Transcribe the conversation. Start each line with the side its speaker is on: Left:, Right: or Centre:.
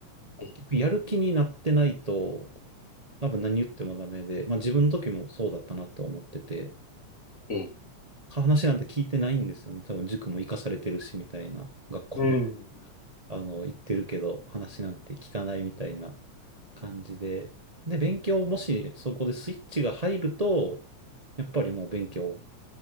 Right: 結局やる気になってないと、
Left: え、え、
Right: 多分何言ってもダメで、まあ自分の時もそうだったなって思ってて、
Left: うんええ、ええ、
Right: 話なんて聞いてないんですよね。多分塾も行かされてるしみたいな、学校も
Left: うん
Right: <laughs> あの行ってるけど、話なんて聞かないみたいな感じで。で、勉強もしそこでスイッチが入ると、やっぱりもう勉強、